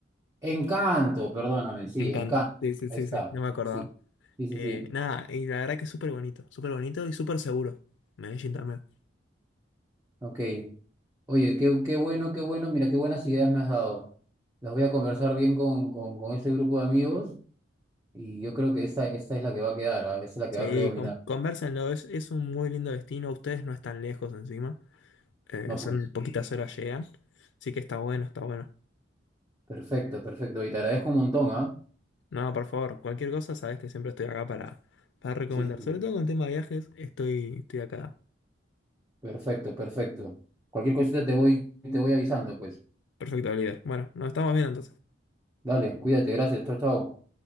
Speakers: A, on the right; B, on the left.
A: Encanto, perdóname, sí,
B: Encanto.
A: Encanto.
B: Sí, sí, sí,
A: Ahí está.
B: sí. No me acordaba.
A: Sí, sí, sí,
B: Eh,
A: sí.
B: nada, y la verdad que es súper bonito. Súper bonito y súper seguro. Medellín también.
A: Ok. Oye, qué, qué bueno, qué bueno. Mira, qué buenas ideas me has dado. Las voy a conversar bien con, con, con ese grupo de amigos y yo creo que esta, esta es la que va a quedar, ah, esta es la que
B: Sí,
A: va a predominar.
B: con, convérsenlo. Es, es un muy lindo destino. Ustedes no están lejos encima. Eh,
A: No,
B: son
A: pues.
B: poquitas horas llegan. Así que está bueno, está bueno.
A: Perfecto, perfecto. Y te agradezco un montón, ¿ah?
B: No, por favor, cualquier cosa, sabes que siempre estoy acá para, para recomendar.
A: Sí, sí, sí.
B: Sobre todo con el tema de viajes, estoy, estoy acá.
A: Perfecto, perfecto. Cualquier cosita te voy, te voy avisando, pues.
B: Perfecto, líder. Bueno, nos estamos viendo entonces.
A: Dale, cuídate, gracias. Chao, chao.